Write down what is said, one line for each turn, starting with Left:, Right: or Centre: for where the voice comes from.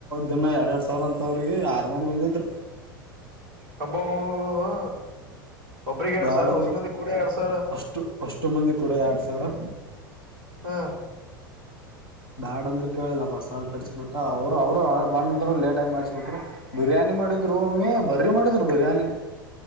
Left: ದಿನ ಎರಡು ಎರಡು ಸಾವಿರ ಅಂತವ್ರಿಗೆ ಆರು ಮಂದಿ ಬಂದಿದ್ರು
Right: ಹಬಬಬ ಹಾ ಒಬ್ರಿಗೆ ಎರಡು
Left: ಬ್ಯಾಡ
Right: ಸಾವಿರ
Left: ಅಂದ್ರು
Right: ಹೊಸಮಂದಿ ಕೂಡ ಎರಡು ಸಾವಿರ
Left: ಅಷ್ಟು ಅಷ್ಟು ಮಂದಿ ಕೂಡ ಎರಡ್ ಸಾವಿರ
Right: ಹಾ
Left: ಬ್ಯಾಡ್ ಅಂದ್ರರು ಕೇಳಿಲ್ಲಪ್ಪಸ್ ಕಟ್ಸಬಿಟ್ಟ ಅವ್ರು ಅವರು ಬಂದ್ರು ಲೇಟ ಆಾಗಿಿ ಮಾಡಿಸ್ಬಿಟ್ರು ಬಿರಿಯಾನಿ ಮಾಡರು ಒಮ್ಮೆ ಬರ್ರೀ ಮಾಡಿದರು ಬಿರಿಯಾನಿ